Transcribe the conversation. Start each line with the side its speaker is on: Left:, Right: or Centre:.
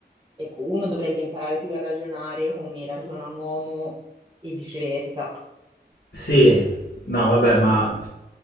Right: Ecco, uno dovrebbe imparare più a ragionare come ragiona un uomo e viceversa.
Left: Sì, no, vabbè, ma